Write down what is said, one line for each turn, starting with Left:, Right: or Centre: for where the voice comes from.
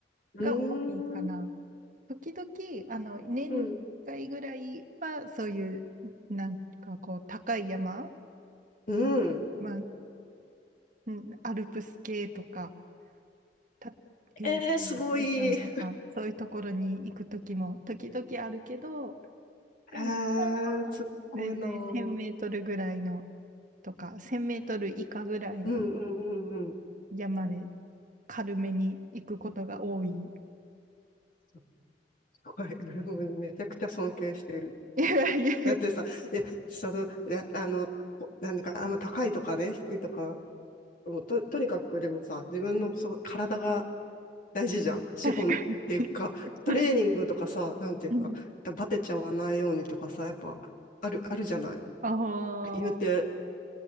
Left: うー
Right: が多いかな。
Left: ん、
Right: 時々、あの、年1回ぐらいは、
Left: うん、
Right: そういう、なんかこう、高い山、
Left: うん。
Right: まあ、うん、アルプス系とか、た、えーと、
Left: えー、すごい。
Right: 富士山とか、
Left: へ
Right: そういうところに行く時も、時々あるけど、でも、
Left: ー、
Right: 普段は全然1000メートルぐらいの
Left: すっごいなー。
Right: とか、1000メートル以下ぐらいの
Left: うんうんうんうん。
Right: 山で軽めに行くことが多い。<laughs>
Left: すっごい。俺もめちゃくちゃ尊敬してる。
Right: いやいや、
Left: だってさ、いや、その、いや、あの、こなんか、あの、高いとかね、低いとか、もうと、とにかくでもさ、自分のそう体が大事じゃん。資本っていうか、
Right: 確かに。<laughs>
Left: トレーニングとかさ、なんていうか、
Right: うん
Left: バテちゃわないようにとかさ、やっぱある、あるじゃない。
Right: ああ、
Left: 言うて、